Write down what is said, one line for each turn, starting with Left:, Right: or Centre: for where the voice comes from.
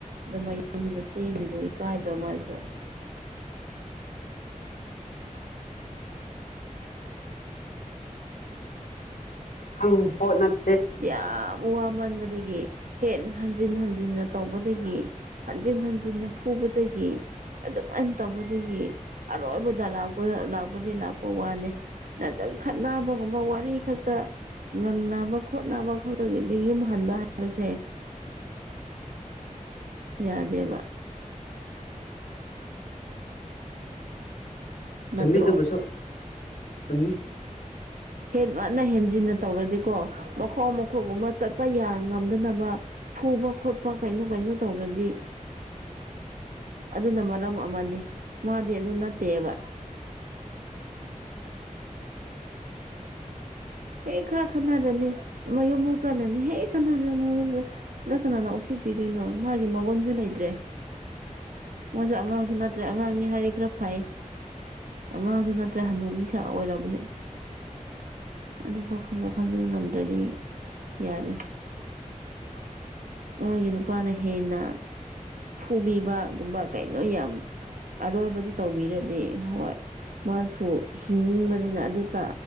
Right: ꯗ ꯃꯌꯨꯝꯗ ꯆꯦꯟꯜꯂꯤꯗꯣ ꯏꯀꯥꯏꯗ꯭ꯔꯣ ꯃꯥꯖꯨ
Left: ꯍꯪ ꯕ ꯄꯣꯠ ꯅꯠ
Right: ꯌꯥꯝ ꯕꯋꯥ ꯃꯟꯕꯗꯒꯤ ꯍꯦ ꯍꯟꯖꯤꯟ-ꯍꯟꯖꯤꯟꯅ ꯇꯧꯕꯗꯒꯤ ꯍꯟꯖꯤꯟ-ꯍꯟꯖꯤꯟꯅ ꯐꯨꯕ ꯇꯒꯤ ꯑꯗꯨꯝꯍꯥꯏꯅ ꯇꯧꯕꯗꯒꯤ ꯑꯔꯣꯏꯕꯗ ꯂꯥꯛꯄ ꯂꯥꯛꯄꯗꯤ-ꯂꯥꯛꯄ ꯋꯥꯅꯤ ꯅꯠꯇ꯭ꯔꯒ ꯈꯠꯅꯕ ꯒꯨꯝꯕ ꯋꯥꯔꯤ ꯈꯛꯇ ꯉꯪꯅꯕ ꯍꯣꯠꯅꯕ ꯈꯛꯇꯒꯤꯗꯤ ꯌꯨꯝ ꯍꯟꯕ ꯍꯥꯏꯕꯖꯦ ꯌꯥꯗꯦꯕ ꯅꯠꯇ꯭ꯔꯣ
Left: ꯆꯨꯝꯃꯤ ꯑꯗꯨꯕꯨꯁꯨ ꯆꯨꯝꯃꯤ
Right: UNINTELLIGIBLE ꯇꯧꯔꯗꯤꯀꯣ ꯃꯈꯣꯡ- ꯃꯈꯨꯠꯀꯨꯝꯕ ꯆꯠꯄ ꯌꯥ ꯉꯝꯗꯅꯕ ꯐꯨꯕ-ꯈꯣꯠꯄ ꯀꯩꯅꯣ ꯀꯩꯅꯣ ꯇꯧ ꯅꯣ ꯇꯧꯔꯗꯤ ꯑꯗꯨꯅꯥ ꯃꯔꯝ ꯑꯃꯥꯅꯤ ꯃꯥꯗꯤ ꯑꯗꯨ ꯅꯠꯇꯦꯕ ꯍꯩ ꯈꯔꯥ ꯈꯠꯅꯔꯅꯤ ꯃꯌꯨꯝ ꯐꯥꯎ ꯆꯠꯂꯅꯤ ꯍꯦꯛ ꯈꯠꯅꯔꯅꯤ ꯃꯌꯨꯝꯗ ꯁꯤꯗꯥ ꯀꯅꯅꯥ ꯎꯁꯤꯠꯄꯤꯗꯣꯢꯅꯣ ꯀꯩꯅꯣ ꯃꯥꯒꯤ ꯃꯔꯣꯟꯖꯨ ꯂꯩꯇ꯭ꯔꯦ ꯃꯥꯖꯨ ꯑꯉꯥꯡꯖꯨ ꯅꯠꯇ꯭ꯔꯦ ꯑꯉꯥꯡꯅꯤ ꯍꯥꯏ ꯈꯔꯥ ꯐꯩ ꯑꯉꯥꯡꯖꯨ ꯅꯠꯇ꯭ꯔꯦ ꯍꯅꯨꯕꯤ ꯁꯥ ꯑꯣꯏꯔꯕꯅꯤ ꯑꯗꯨꯐꯥꯎ ꯈꯟꯗꯣꯛ-ꯈꯟꯖꯤꯟ ꯉꯝꯗ꯭ꯔꯗꯤ ꯌꯥꯔꯦ
Left: INAUDIBLE
Right: ꯃꯣꯏꯒꯤ ꯅꯨꯄꯥꯅ ꯍꯦꯟꯅ ꯐꯨꯕꯤꯕ ꯒꯨꯝꯕ ꯀꯩꯅꯣ ꯌꯥꯝ ꯑꯔꯣꯏꯕꯗꯥ ꯇꯧꯕꯤ ꯔꯗꯤ ꯍꯣꯏ ꯃꯥꯁꯨ ꯍꯤꯡꯅꯤꯡꯕꯅꯤꯅ ꯑꯗꯨꯇ